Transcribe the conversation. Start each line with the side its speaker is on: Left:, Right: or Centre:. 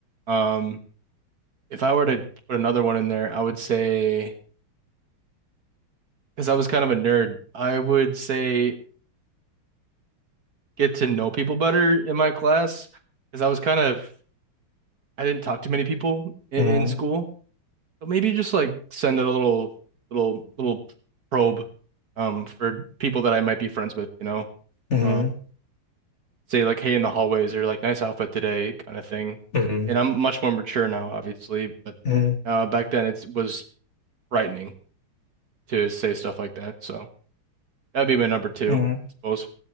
Right: Um, if I were to put another one in there, I would say because I was kind of a nerd, I would say get to know people better in my class because I was kind of I didn't talk to many people in,
Left: Mm,
Right: in school. But maybe just like send it a little little little probe um for people that I might be friends with, you know.
Left: mm,
Right: Um say like hey in the hallways or like nice outfit today kind of thing.
Left: mm,
Right: And I'm much more mature now, obviously, but
Left: mm,
Right: uh back then it was frightening to say stuff like that. So that'd be my number two,
Left: mm.
Right: I suppose.